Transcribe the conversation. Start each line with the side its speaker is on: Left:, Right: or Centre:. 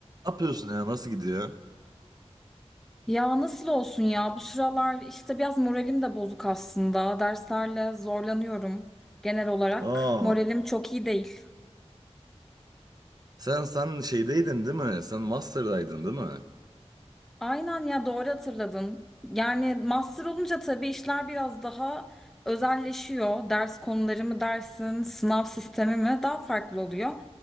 Right: Ne yapıyorsun ya? Nasıl gidiyor?
Centre: Ya nasıl olsun ya? Bu sıralar işte biraz moralim de bozuk aslında. Derslerle zorlanıyorum genel olarak.
Right: Aa,
Centre: Moralim çok iyi değil.
Right: Sen sen şeydeydin değil mi? Sen master'daydın değil mi?
Centre: Aynen ya doğru hatırladın. Yani master olunca tabii işler biraz daha özelleşiyor. Ders konuları mı dersin, sınav sistemi mi daha farklı oluyor.